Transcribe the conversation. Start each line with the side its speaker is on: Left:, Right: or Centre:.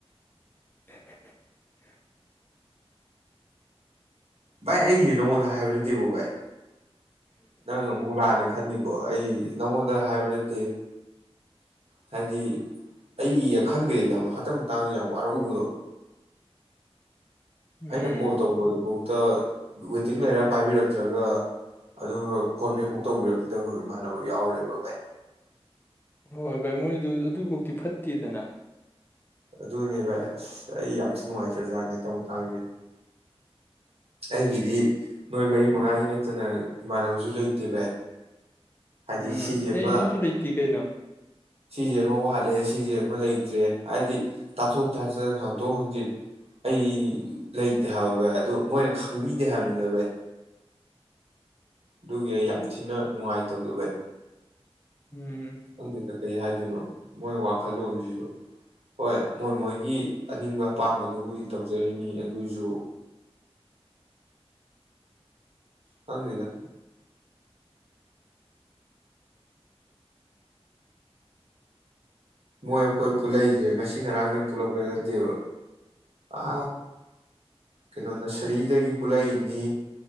Left: <inaudible>
Right: ꯚꯥꯏ ꯑꯩꯁꯦ ꯅꯉꯣꯟꯗ ꯍꯥꯏꯕ ꯅꯠꯇꯦꯀꯣ ꯚꯥꯏ ꯅꯪ ꯑꯃꯨꯛ ꯂꯥꯛꯑꯅ ꯈꯟꯅꯤꯡ ꯀ ꯑꯩ ꯅꯪꯉꯣꯟꯗ ꯍꯥꯏꯕ ꯅꯠꯇꯦ ꯍꯥꯏꯗꯤ ꯑꯩ ꯈꯪꯗꯦ ꯌꯥꯝ ꯍꯇꯛ ꯃꯇꯥꯡꯁ ꯌꯥꯝ ꯋꯥꯔꯨꯕꯗꯣ
Left: ꯎꯝ
Right: ꯑꯩꯅ ꯀꯣꯜ ꯇꯧꯕ ꯑꯗꯨꯕꯨꯥꯎ ꯇ ꯋꯦꯇꯤꯡ ꯂꯩꯔ ꯄꯥꯏꯕꯤꯔꯛꯇ꯭ꯔꯒ ꯑꯗꯨꯒ ꯀꯣꯟꯕꯦꯛ ꯕꯨꯛ ꯇꯧꯕꯤꯔꯛꯈꯤꯗꯕ ꯏꯃꯥꯟꯅꯕ ꯌꯥꯎꯔꯦꯕ ꯚꯥꯏ
Left: ꯍꯣꯏ ꯚꯥꯏ ꯃꯣꯏꯗꯨ ꯑꯗꯨꯐꯧꯇꯤ ꯐꯠꯇꯦꯗꯅ
Right: ꯑꯗꯨꯅꯦ ꯚꯥꯏ ꯑꯁ ꯑꯩ ꯌꯥꯝ ꯊꯤ ꯅꯨꯡꯉꯥꯏꯇ꯭ꯔꯖꯥꯠꯅꯦ ꯍꯟꯇꯪꯇꯥꯡꯁꯦ ꯑꯩꯒꯤꯗꯤ ꯅꯣꯏ ꯃꯔꯤ ꯃꯉꯥꯁꯤ ꯅꯠꯇꯅ ꯏꯃꯥꯟꯅꯕꯁꯨ ꯂꯩꯇꯦ ꯚꯥꯏ ꯍꯥꯏꯗꯤ
Left: ꯎꯝ
Right: ꯁꯤꯁꯦ ꯑꯃ
Left: ꯑꯩꯁꯨ ꯂꯩꯇ ꯀꯩꯅꯩꯅꯣ
Right: ꯁꯤꯁꯦ ꯑꯃ ꯋꯥꯜꯂꯛꯑꯦ ꯁꯤꯁꯦ ꯑꯃ ꯂꯩꯇ꯭ꯔꯦ ꯍꯥꯏꯗꯤ ꯇꯥꯊꯣꯛ ꯇꯥꯁꯤꯟ ꯍꯥꯡꯗꯣꯛ ꯍꯥꯡꯖꯤꯟ ꯑꯩ ꯂꯩꯇꯦ ꯍꯥꯏꯕꯚ ꯑꯗꯨ ꯃꯣꯏꯅ ꯈꯪꯕꯤꯗꯦ ꯍꯥꯏꯕꯅꯤꯗ ꯚꯩ ꯑꯗꯨꯒꯤ ꯑꯩ ꯌꯥꯝ ꯊꯤꯅ ꯅꯨꯡꯉꯥꯏꯇꯧꯗ ꯚꯩ
Left: ꯎꯝ
Right: ꯊꯗ ꯇꯔꯤ ꯍꯥꯏ ꯑꯗꯨꯅ ꯃꯣꯏ ꯋꯥꯈꯜꯂꯣꯟꯁꯤꯁꯨ ꯍꯣꯏ ꯃꯣꯏ ꯃꯣꯏꯒꯤ ꯑꯅꯤꯡꯕ ꯑꯄꯥꯝꯕꯗꯨꯕꯨꯗꯤ ꯇꯧꯖꯔꯤꯅꯤ ꯑꯗꯨꯁꯨ ꯍꯪꯗ ꯃꯣꯏ ꯑꯩꯈꯣꯏ ꯄꯨꯂꯛꯏꯁꯦ ꯉꯁꯤ ꯉꯔꯥꯡꯗꯪ ꯄꯨꯜꯂꯛꯄꯗ ꯅꯠꯇꯦꯕ ꯑ ꯀꯩꯅꯣ ꯅꯁꯔꯤꯗꯒꯤ ꯄꯨꯜꯂꯛꯏꯅꯤ